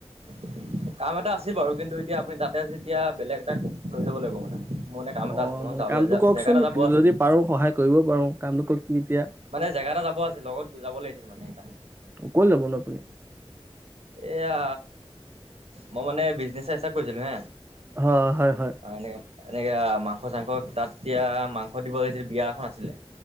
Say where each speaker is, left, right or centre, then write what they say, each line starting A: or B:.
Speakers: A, on the right; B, on the right.
A: <inaudible> কাম এটা আছিল বাৰু কিন্তু এতিয়া আপুনি তাতে যেতিয়া বেলেগ এটাক লৈ যাব লাগিব মানে মোৰ মানে কাম এটা
B: অঁ
A: আছিল
B: মানে কামটো কওঁকচোন
A: জেগা এটা যাব আছিল
B: যদি
A: মানে।
B: পাৰো সহায় কৰিব পাৰোঁ কামটো কওক কি এতিয়া
A: মানে জেগাটাত যাব আছিল লগত যাব লাগিছিল মানে সেইকাৰণে
B: ক'ত যাবনো আপুনি
A: এয়া মই মানে বিজনেচ ষ্টাৰ্ট কৰিছিলো হে
B: হয় হয় হয়
A: অ', এনেকে এনেকে মাংস চাংস তাত এতিয়া মাংস দিব লাগিছিল বিয়া এখন আছিলে